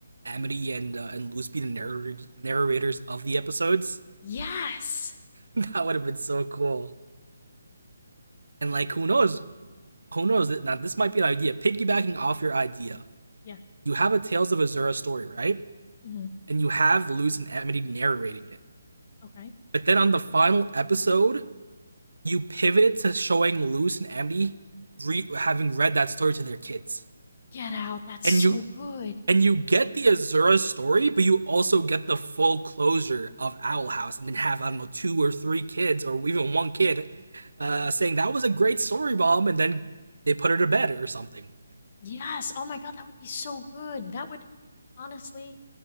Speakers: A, on the right (about 75°); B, on the left (about 40°).
A: Amity and uh, and Luz be the narrator- narrators of the episodes.
B: Yes.
A: <laughs> That would have been so cool. And like, who knows? Who knows? That now this might be an idea. Piggybacking off your idea,
B: Yes.
A: you have a Tales of Azura story, right?
B: hmm
A: And you have Luz and Amity narrating it.
B: Okay.
A: But then on the final episode, you pivoted to showing Luz and Amity re- having read that story to their kids,
B: Get out. That's
A: and
B: so
A: you
B: good.
A: and you get the Azura story, but you also get the full closure of Owl House, and then have I don't know two or three kids, or even one kid, uh, saying that was a great story, mom, and then they put her to bed or something.
B: Yes. Oh my God. That would be so good. That would honestly